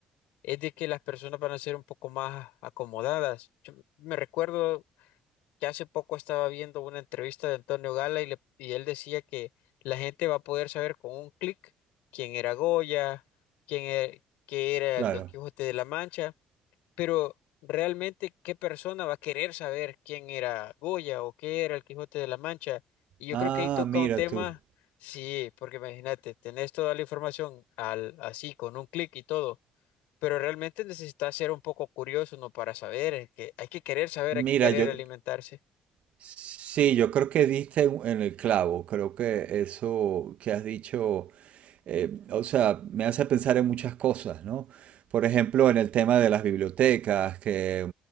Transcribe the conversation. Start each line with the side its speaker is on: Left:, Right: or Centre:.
Left: es de que las personas van a ser un poco más acomodadas. Yo me recuerdo que hace poco estaba viendo una entrevista de Antonio Gala y, le- y él decía que la gente va a poder saber con un clic quién era Goya, quién era, qué era
Right: Claro.
Left: el Don Quijote de la Mancha, pero realmente qué persona va a querer saber quién era Goya o qué era el Quijote de la Mancha. Y yo
Right: Ah,
Left: creo que ahí toca
Right: mira
Left: un tema,
Right: tú.
Left: sí, porque imagínate, tenés toda la información al, así con un clic y todo. Pero realmente necesitas ser un poco curioso, ¿no? Para saber, eh, que hay que querer saber,
Right: Mira,
Left: hay que querer
Right: yo,
Left: alimentarse.
Right: Sí, yo creo que diste en en el clavo, creo que eso que has dicho, eh, o sea, me hace pensar en muchas cosas, ¿no? Por ejemplo, en el tema de las bibliotecas, que,